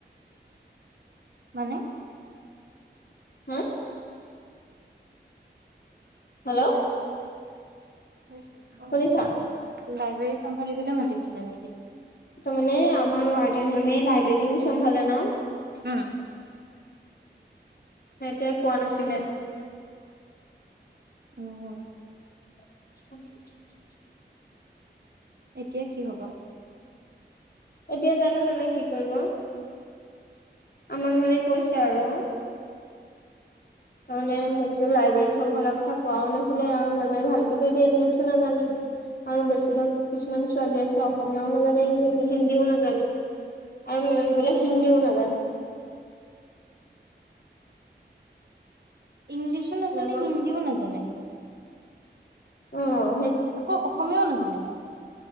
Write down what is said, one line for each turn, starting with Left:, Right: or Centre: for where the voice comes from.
Right: মানে
Left: হা হেল্ল',
Right: লাইব্ৰেৰী
Left: শুনিছা
Right: চম্ভালিবলৈ মাতিছিলে নেকি?
Left: তাৰ মানে আমাৰ ৱাৰ্ডেন মানে লাইব্ৰেৰী চ্ভালে ন।
Right: উম,
Left: সেইটোৱে। কোৱা নাছিলে।
Right: অহ,
Left: <inaudible>
Right: এতিয়া কি হব।
Left: এতিয়া জানো মানে কি কৰিব। আমাক মানে কৈছে আৰু মানে মোকতো লাইব্ৰেৰী চম্ভালাৰ কথা কোৱাও নাছিলে আৰু মেমে ভালক ইংলিছো নাজানে। আৰু বেছিভাগ কিছুমান ছোৱালী আছে অসমীয়াও নাজানে ইং হিন্দীও নাজানে। আৰু মেম বোলে হিন্দী ও নাজানে।
Right: ইংলিছো নাজানে
Left: মেমৰ
Right: হিন্দীও নাজানে।
Left: উম
Right: আকৌ অসমীয়াও নাজানে।